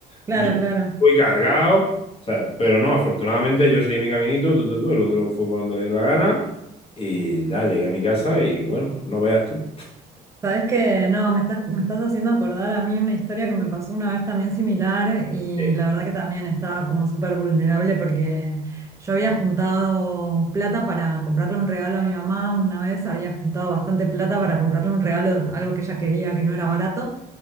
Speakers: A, on the right; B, on the left.
A: Claro,
B: Yo
A: claro.
B: fui cargado, ¿sabes? Pero no, afortunadamente yo seguí mi caminito, tu, tu, tu, el otro fue por donde le dio la gana y ya llegué a mi casa y bueno, no veas tú.
A: Sabes que no, me estás, me estás haciendo acordar a mí una historia que me pasó una vez también similar y
B: Sí.
A: la verdad que también estaba como súper vulnerable porque yo había juntado plata para comprarle un regalo a mi mamá una vez, había juntado bastante plata para comprarle un regalo, algo que ella quería que no era barato.